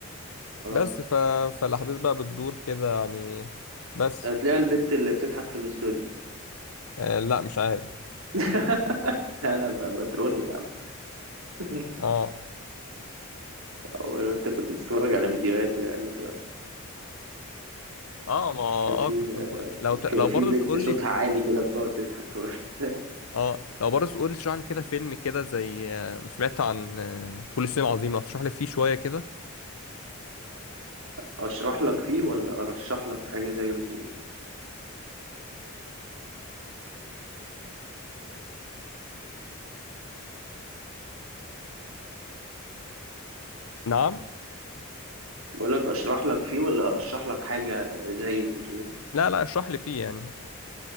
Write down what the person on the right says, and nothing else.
اه
هتلاقي البت اللي بتضحك في الاستوديو
<laughs> لا، انا ب- بترول يا عم <laughs>
او انت كنت بتتفرج على فيديوهاته يعني
فكان في
كان في
بنت
صوتها
عالي كده بتقعد تضحك <laughs> ف-
اشرح لك فيه ولا ارشح لك حاجه زيه وتقول
بقولك اشرح لك فيه ولا ارشح لك حاجه زيه بتقول